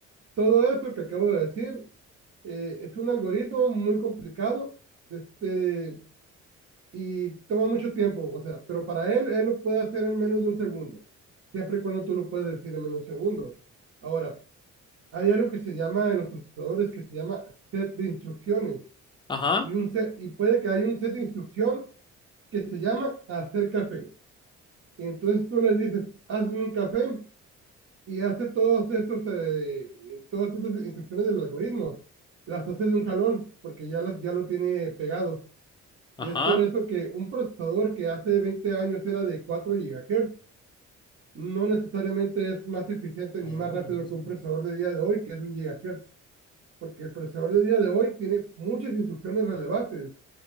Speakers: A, on the right; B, on the left.
A: Todo eso que acabo de decir eh, es un algoritmo muy complicado. Este, y toma mucho tiempo, o sea, pero para él, él lo puede hacer en menos de un segundo, siempre y cuando tú lo puedes decir en menos de un segundo. Ahora, hay algo que se llama en los procesadores que se llama set de instrucciones
B: Ajá.
A: y, un set, y puede que haya un set de instrucción que se llama hacer café. Y entonces tú le dices, hazme un café y hace todos estos, eh, todas estas instrucciones del algoritmo. Las hace de un jalón porque ya, las, ya lo tiene pegado.
B: Ajá.
A: Y es por eso que un procesador que hace 20 años era de 4 gigahertz no necesariamente es más eficiente
B: La
A: ni
B: llevamos,
A: más rápido
B: la llevamos,
A: que
B: la
A: un procesador de día de hoy, que es de un gigahertz porque el procesador de día de hoy tiene muchas instrucciones relevantes